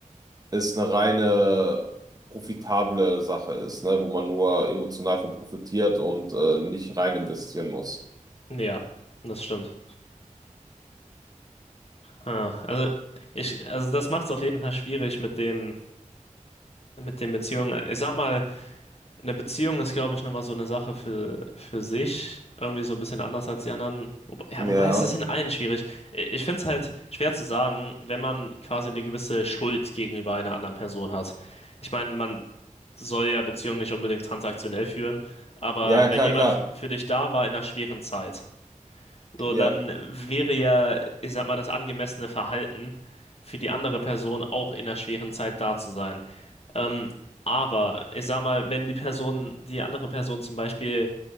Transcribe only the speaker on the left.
ja, das stimmt. Ah, also ich, also das macht es auf jeden Fall schwierig mit dem, mit den Beziehungen. Ich sag mal, Eine Beziehung ist, glaube ich, nochmal so eine Sache für, für sich. Irgendwie so ein bisschen anders als die anderen. Wobei, ja, wobei
ist das in allen schwierig. I- Ich finde es halt schwer zu sagen, wenn man quasi eine gewisse Schuld gegenüber einer anderen Person hat. Ich meine, man soll ja Beziehungen nicht unbedingt transaktionell führen, aber
wenn
jemand
f- für dich da war in einer schweren Zeit, so
dann wäre ja, ich sag mal, das angemessene Verhalten für die andere Person auch in einer schweren Zeit da zu sein. Ähm, aber ich sag mal, wenn die Person, die andere Person zum Beispiel